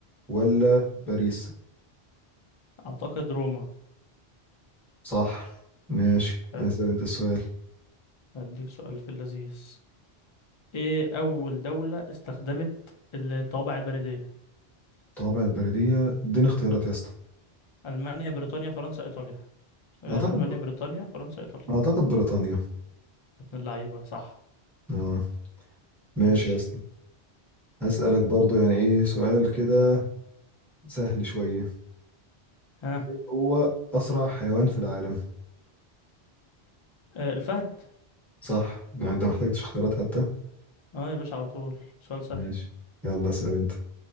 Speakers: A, in the centre; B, on the left (about 50°).
A: ولا باريس
B: اعتقد روما
A: صح ماشي
B: حلو
A: اسال انت السؤال
B: هديك سؤال في اللذيذ ايه اول دولة استخدمت الطوابع البريدية
A: طابع البريديه اديني اختيارات يا اسطى
B: المانيا بريطانيا فرنسا ايطاليا آه،
A: اعتقد
B: المانيا بريطانيا فرنسا ايطاليا
A: اعتقد بريطانيا
B: ابن اللعيبة صح
A: اه ماشي
B: مش
A: يا اسطى هسالك برضو يعني ايه سؤال كده سهل شويه
B: ها
A: ايه هو اسرع حيوان في العالم
B: آه، الفهد
A: صح لو انت محتاجتش اختيارات حتى
B: اه يا باشا على طول سؤال سهل
A: ماشي يلا اسأل انت